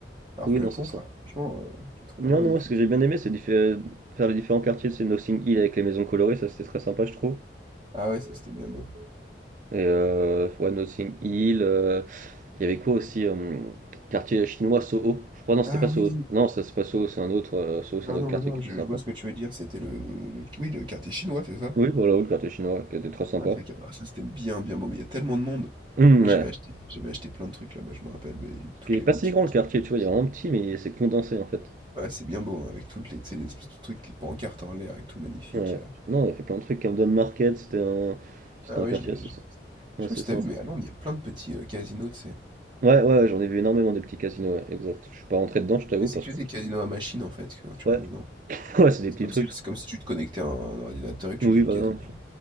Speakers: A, on the right; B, on the right.
A: Alors
B: Oui,
A: que
B: non,
A: le pont,
B: c'est ça.
A: frère, franchement, euh, je le trouvais
B: Non,
A: vraiment
B: non,
A: magnifique.
B: moi, ce que j'ai bien aimé, c'est diffé- faire les différents quartiers. C'est Notting Hill avec les maisons colorées, ça c'était très sympa, je trouve.
A: Ah ouais, ça c'était bien beau.
B: Et euh, ouais, Notting Hill. euh, Il y avait quoi aussi euh, Quartier chinois Soho. Je crois, non, c'était
A: Ah
B: pas Soho.
A: oui,
B: Non, ça c'est pas Soho, c'est un autre. euh, Soho, c'est
A: Non,
B: un autre
A: non,
B: quartier
A: mais non,
B: qui
A: je,
B: était sympa.
A: je vois ce que tu veux dire. C'était le, le kiwi, le quartier chinois, c'est ça?
B: Oui, voilà, oui, le quartier chinois qui était très sympa.
A: Ouais, c'est ah, ça c'était bien, bien beau, mais il y a tellement de monde.
B: Hum,
A: Moi,
B: ouais.
A: j'avais acheté, j'avais acheté plein de trucs là-bas, je me rappelle, mais toutes
B: Qui est
A: les
B: pas
A: boutiques.
B: si grand le
A: qu'il
B: quartier,
A: y a, tout
B: tu vois, il
A: ça.
B: est vraiment petit, mais c'est condensé en fait.
A: Ouais, c'est bien beau, hein, avec toutes les, tu sais, les espèces de trucs, les pancartes en l'air et tout, magnifique.
B: Ouais.
A: euh.
B: Non, on a fait plein de trucs. Camden Market, c'était un, c'était
A: Ah
B: un
A: ouais,
B: quartier
A: je l'ai.
B: assez
A: Je,
B: sympa. Ouais,
A: je sais pas
B: c'est
A: si
B: sympa.
A: t'as vu, mais à Londres, il y a plein de petits euh, casinos, tu sais.
B: Ouais, ouais, j'en ai vu énormément des petits casinos, ouais, exact. Je suis pas rentré dedans, je t'avoue,
A: Mais c'est
B: parce
A: que
B: que.
A: des casinos à machine, en fait, que tu
B: Ouais,
A: rentres dedans.
B: <laughs> ouais, c'est des
A: C'est
B: petits
A: comme
B: trucs.
A: si, c'est comme si tu te connectais à un ordinateur et que
B: Oui,
A: tu faisais du
B: voilà,
A: casino.